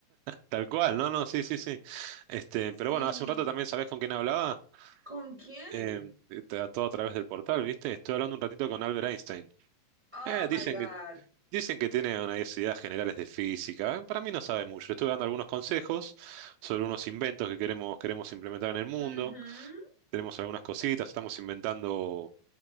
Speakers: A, on the right (about 80°); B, on the right (about 70°).
A: tal cual, no, no, sí, sí, sí. Este,
B: Sí,
A: pero bueno, hace un rato también, ¿sabés con quién hablaba?
B: ¿con quién?
A: Eh, te- todo a través del portal, ¿viste? Estoy hablando un ratito con Albert Einstein.
B: Oh
A: Eh,
B: my
A: dicen
B: God,
A: que, dicen que tiene unas ideas generales de física. Eh, Para mí no sabe
B: sí.
A: mucho. Le estuve dando algunos consejos sobre unos inventos que queremos, queremos implementar en el mundo.
B: Ujú,
A: Tenemos algunas cositas, estamos inventando,